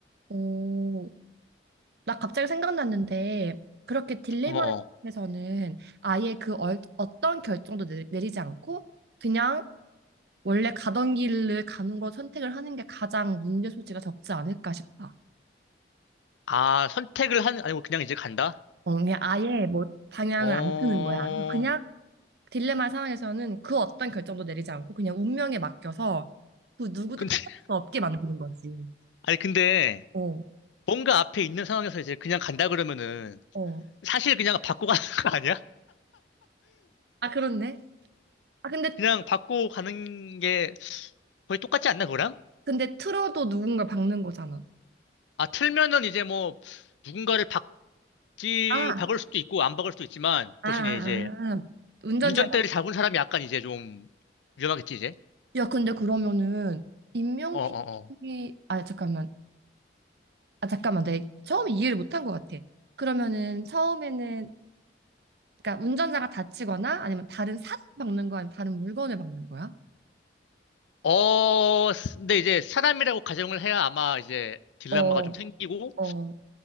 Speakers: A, on the right; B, on the left.
A: 어. 나 갑자기 생각났는데 그렇게 딜레마에서는
B: 어, 어.
A: 아예 그 얼, 어떤 결정도 내, 내리지 않고 그냥 원래 가던 길을 가는 걸 선택을 하는 게 가장 문제 소지가 적지 않을까 싶다.
B: 아, 선택을 하는, 아니고 그냥 이제 간다?
A: 어, 그냥 아예 뭐 방향을
B: 어,
A: 안 트는 거야. 그냥 딜레마 상황에서는 그 어떤 결정도 내리지 않고 그냥 운명에 맡겨서 그 누구도
B: 근데,
A: 탓할
B: <laughs>
A: 수 없게 만드는 거지.
B: 아니, 근데,
A: 어,
B: 뭔가 앞에 있는 상황에서 이제 그냥 간다 그러면은,
A: 어.
B: 사실 그냥 받고 가는 <laughs> 거 아니야?
A: 아, 그렇네. 아, 근데,
B: 그냥 받고 가는 게 거의 똑같지 않나, 그거랑?
A: 근데 틀어도 누군가 박는 거잖아.
B: 아, 틀면은 이제 뭐, 누군가를 박지,
A: 아,
B: 박을 수도 있고, 안 박을 수도 있지만,
A: 아,
B: 대신에
A: 아,
B: 이제,
A: 아. 운전자가.
B: 운전대를 잡은 사람이 약간 이제 좀, 위험하겠지, 이제?
A: 야, 근데 그러면은 인명피해,
B: 어어어.
A: 아, 잠깐만. 아, 잠깐만. 내가 처음에 이해를 못한 것 같아. 그러면은 처음에는, 그러니까 운전자가 다치거나 아니면 다른 사람 박는 거야? 아니면 다른 물건을 박는 거야?
B: 어, 근데 이제 사람이라고 가정을 해야 아마 이제 딜레마가
A: 어, 어,
B: 좀 생기고
A: 어,